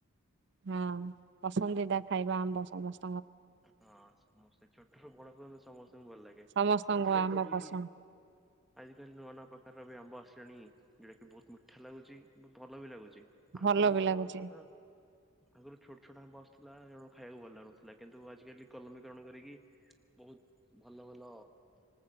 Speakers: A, on the right; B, in the centre.
A: ହଁ ପସନ୍ଦିଦା ଖାଇବା ଆମ୍ବ ସମସ୍ତ
B: ହଁ ସମସ୍ତେ ଛୋଟ ରୁ ବଡ ପିଲା ସମସ୍ତଙ୍କୁ ଭଲ ଲାଗେ
A: ସମସ୍ତଙ୍କୁ
B: ଆଜିକାଲି
A: ଆମ୍ବ
B: ତ ବି
A: ପସନ୍ଦ
B: ଆଜିକାଲି ନୂଆ ନୂଆ ପ୍ରକାରର ବି ଆମ୍ବ ଆସିଲାଣି ଯଉଟା କିି ବହୁତ ମିଠା ଲାଗୁଛି ବହୁତ ଭଲ ବି ଲାଗୁଛି ଆଗରୁ
A: ଭଲ ବି ଲାଗୁଛି।
B: କଣ କରୁଥିଲା ନା ଆଗରୁ ଛୋଟ ଛୋଟ ଆମ୍ବ ଆସିଥିଲା ଜମା ଖାଇବାକୁ ଭଲ ଲାଗୁଥିଲା। କିନ୍ତୁ ଆଜିକାଲି କଲମୀକରଣି କରିକି ବହୁତ ଭଲ ଭଲ